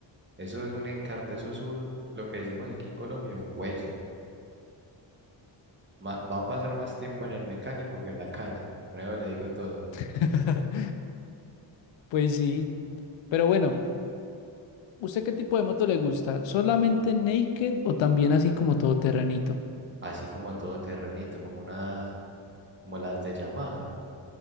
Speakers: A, on the right; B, on the left.
A: eso es un encarte, eso es un, lo que decimos aquí en Colombia, un hueso. Ma- va a pasar más tiempo en el mecánico que en la calle. Con eso le digo todo.
B: <laughs> Pues sí, pero bueno. ¿Usted qué tipo de moto le gusta? ¿Solamente naked o también así como todoterrenito?
A: Así como todo terrenito, como una, como las de Yamaha,